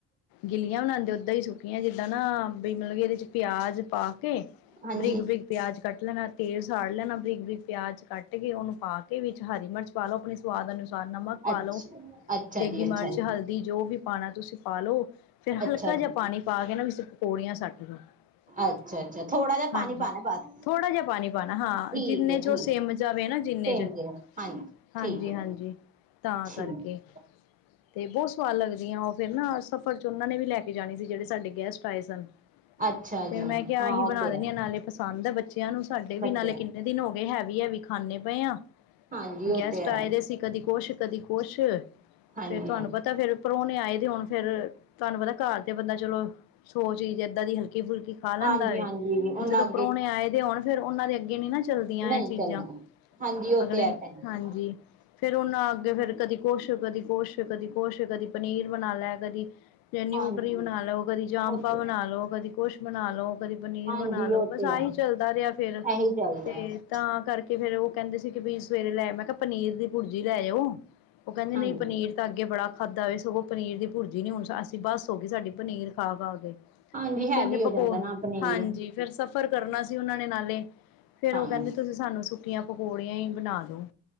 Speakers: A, on the left; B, on the right.
A: ਗਿੱਲੀਆਂ ਬਣਾਂਦੇ, ਓਦਾਂ ਈ ਸੁੱਕੀਆਂ। ਜਿੱਦਾਂ ਨਾਂ ਬਈ ਮਤਲਬ ਕਿ ਇਹਦੇ ਚ ਪਿਆਜ ਪਾ ਕੇ
B: ਹਾਂਜੀ
A: ਬਰੀਗ ਬਰੀਕ ਪਿਆਜ ਕੱਟ ਲੈਣਾ, ਤੇਲ ਸਾੜ ਲੈਣਾ ਬਰੀਕ-ਬਰੀਕ ਪਿਆਜ ਕੱਟ ਕੇ ਉਹਨੂੰ ਪਾ ਕੇ ਵਿੱਚ ਹਰੀ ਮਿਰਚ ਪਾਲੋ ਆਪਣੇ ਸਵਾਦ ਅਨੁਸਾਰ, ਨਮਕ ਪਾਲੋ।
B: ਅੱਛ ਅੱਛਾ
A: ਡੇਗੀ
B: ਜੀ
A: ਮਿਰਚ
B: ਅੱਛਾ ਜੀ
A: ਹਲਦੀ ਜੋ ਵੀ ਪਾਉਣਾ ਤੁਸੀਂ ਪਾ ਲਓ, ਫੇਰ
B: ਅੱਛਾ
A: ਹਲਕਾ
B: ਜੀ
A: ਜਿਹਾ ਪਾਣੀ ਪਾ ਕੇ ਨਾਂ ਵੀ ਸਿਰਫ ਪਕੌੜੀਆਂ ਸੱਟ ਦੋ।
B: ਅੱਛਾ
A: <inaudible>
B: ਅੱਛਾ ਥੋੜ੍ਹਾ ਜਿਹਾ ਪਾਣੀ
A: ਹਾਂਜੀ,
B: ਪਾਉਣਾ ਬਸ
A: ਥੋੜਾ ਜਿਹਾ ਪਾਣੀ ਪਾਣਾ ਹਾਂ
B: ਠੀਕ
A: ਜਿੰਨੇ
B: ਹੈ ਠੀਕ
A: ਚੋਂ ਸੇਮ ਜਾਵੇਂ ਨਾਂ ਜਿੰਨੇ
B: ਸੇਮ
A: ਚ
B: ਜੇ ਹਾਂਜੀ
A: ਹਾਂਜੀ,
B: ਠੀਕ ਹੈ
A: ਹਾਂਜੀ ਤਾਂ
B: ਠੀਕ
A: ਕਰਕੇ। ਤੇ ਬਹੁਤ ਸਵਾਦ ਲੱਗਦੀਆਂ ਉਹ ਫੇਰ ਨਾਂ ਸਫ਼ਰ ਚ ਉਹਨਾਂ ਨੇ ਵੀ ਲੈ ਕੇ ਜਾਣੀ ਸੀ। ਜਿਹੜੇ ਸਾਡੇ ਗੈਸਟ ਪਾਏ ਸਨ।
B: ਅੱਛਾ
A: ਫੇਰ
B: ਜੀ ਹਾਂ
A: ਮੈਂ ਕਿਹਾ ਏਹੀ
B: ਉਹ
A: ਬਣਾ
B: ਤੇ
A: ਦੇਣੀ
B: ਹੈ
A: ਆਂ, ਨਾਲੇ ਪਸੰਦ ਐ ਬੱਚਿਆਂ ਨੂੰ, ਸਾਡੇ
B: ਬੱਚਿਆਂ
A: ਵੀ ਨਾਲੇ ਕਿੰਨੇ
B: ਨੂੰ,
A: ਦਿਨ ਹੋ ਗਏ ਹੈਵੀ-ਹੈਵੀ ਖਾ ਖਾਂਣੇ ਪਏ ਆਂ
B: ਹਾਂਜੀ ਉਹ
A: ਗੈਸਟ
B: ਤੇ ਹੈ
A: ਆਏ ਦੇ ਸੀ, ਕਦੀ ਕੁਛ, ਕਦੀ ਕੁਛ।
B: ਹਾਂਜੀ
A: ਫੇਰ ਤੁਹਾਨੂੰ ਪਤਾ ਫੇਰ ਪਰੋਣੇ ਆਏ ਦੇ ਹੁਣ ਫੇਰ, ਤੁਹਾਨੂੰ ਪਤਾ ਘਰ ਤੇ ਬੰਦਾ ਚਲੋ ਸੋਚੀਜ ਏਦਾਂ ਦੀ ਹਲਕੀ ਫੁਲਕੀ ਖਾ ਲੈਂਦਾ
B: ਹਾਂਜੀ
A: ਵੇ
B: ਹਾਂਜੀ ਉਹਨਾਂ
A: ਜਦੋਂ
B: ਅੱਗੇ
A: ਪ੍ਰਾਹੁਣੇ ਆਏ ਦੇ ਹੋਣ ਫਿਰ ਉਹਨਾਂ ਦੇ ਅੱਗੇ ਨਈਂ ਨਾਂ ਚੱਲਦੀਆਂ
B: ਨਹੀਂ
A: ਇਹ ਚੀਜ਼ਾਂ
B: ਚੱਲਦੀ ਹਾਂਜੀ ਉਹ
A: ਅਗਲੇ,
B: ਤੇ ਹੈ ਭੈਣ ਜੀ
A: ਹਾਂਜੀ ਫੇਰ ਉਹਨਾਂ ਅੱਗੇ ਫਿਰ ਕਦੀ ਕੁਛ, ਕਦੀ ਕੁਛ, ਕਦੀ ਕੁਛ, ਕਦੀ ਪਨੀਰ ਬਣਾ ਲੈ ਕਦੀ ਜਾਂ ਨਿਊਟਰੀ
B: ਹਾਂਜੀ
A: ਬਣਾ ਲੋ, ਕਦੀ ਜਾਂਪਾ
B: ਉਹ ਤੇ
A: ਬਣਾ
B: ਹੈ
A: ਲੋ ਕਦੀ ਕੁਛ ਬਣਾ ਲੋ ਕਦੀ ਪਨੀਰ
B: ਹਾਂਜੀ
A: ਬਣਾ ਲੋ
B: ਉਹ
A: ਬਸ
B: ਤੇ ਹੈ
A: ਆਹੀ ਚੱਲਦਾ ਰਿਹਾ ਫੇਰ
B: ਇਹੀ ਚੱਲਦਾ
A: ਤੇ
B: ਏ
A: ਤਾਂ ਕਰਕੇ ਫੇਰ ਉਹ ਕਹਿੰਦੇ ਸੀ ਕਿ ਵੀ ਸਵੇਰੇ ਲੈ, ਮੈਂ ਕਿਹਾ ਪਨੀਰ ਦੀ ਭੁਰਜੀ ਲੈ ਜਾਓ। ਉਹ ਕਹਿੰਦੇ
B: ਹਾਂਜੀ
A: ਨਹੀਂ ਪਨੀਰ ਤਾਂ ਅੱਗੇ ਬੜਾ ਖਾਧਾ ਵੇ ਸਗੋਂ ਪਨੀਰ ਦੀ ਭੁਰਜੀ ਨਈਂ ਹੁਣ ਅਸੀਂ ਬਸ ਹੋਗੀ ਕਿ ਸਾਡੀ ਪਨੀਰ ਖਾ-ਖਾ ਕੇ
B: ਹਾਂਜੀ ਹੈਵੀ
A: ਕਹਿੰਦੇ
B: ਹੋ
A: ਪਕੋ
B: ਜਾਂਦਾ ਨਾ ਪਨੀਰ
A: ਹਾਂਜੀ ਫਿਰ ਸਫ਼ਰ ਕਰਨਾ ਸੀ ਉਹਨਾਂ ਨੇ ਨਾਲੇ ਫੇਰ
B: ਹਾਂ
A: ਉਹ ਕਹਿੰਦੇ ਤੁਸੀਂ ਸਾਨੂੰ ਸੁੱਕੀਆਂ ਪਕੌੜੀਆਂ ਈ ਬਣਾ ਦੋ,